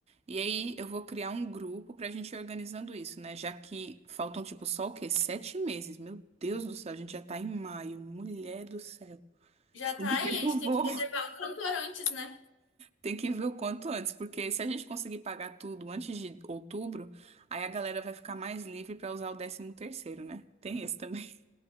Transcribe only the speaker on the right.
e aí eu vou criar um grupo pra gente ir organizando isso, né? Já que faltam, tipo, só o quê? Sete meses. Meu Deus do céu, a gente já tá em maio. Mulher do céu.
<laughs>
Eu
vou
ter que ver o quanto antes, porque se a gente conseguir pagar tudo antes de outubro, aí a galera vai ficar mais livre pra usar o décimo terceiro, né? Tem esse também.